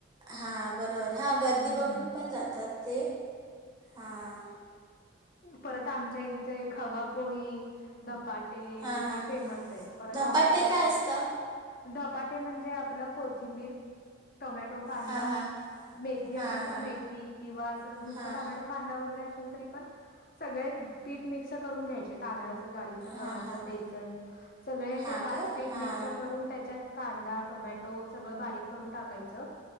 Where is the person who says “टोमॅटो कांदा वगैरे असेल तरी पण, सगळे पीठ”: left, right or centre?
Left